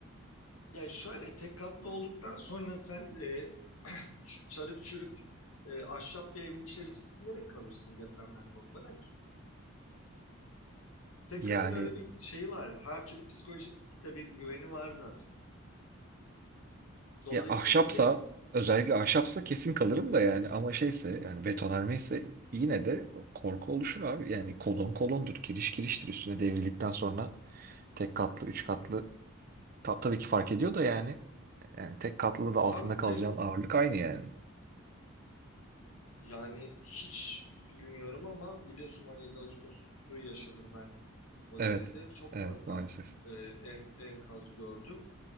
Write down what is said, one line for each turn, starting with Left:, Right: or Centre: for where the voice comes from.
Left: ya şöyle tek katlı olduktan sonra sen e, <clears throat> çarık çürük e, ahşap bir evin içerisinde de kalırsın depremden korkmadan ki. Tek
Right: Yani
Left: katın öyle bir şeyi var. Her türlü psikolojik de bir güveni var zaten. Dolayısıyla
Right: ya ahşapsa
Left: bir de
Right: özellikle ahşapsa kesin kalırım da yani ama şeyse yani betonarme ise yine de korku oluşur abi. Yani kolon kolondur, kiriş kiriştir üstüne devrildikten sonra tek katlı, üç katlı Ta- tabii ki fark ediyor da yani. Yani tek katlı da altında
Left: abi
Right: kalacağın
Left: tek
Right: ağırlık aynı yani.
Left: yani hiç bilmiyorum ama biliyorsun 17 Ağustos'u yaşadım ben Kocaeli'de.
Right: Evet.
Left: Çok
Right: Evet
Left: fazla
Right: maalesef.
Left: e, en- enkaz gördüm.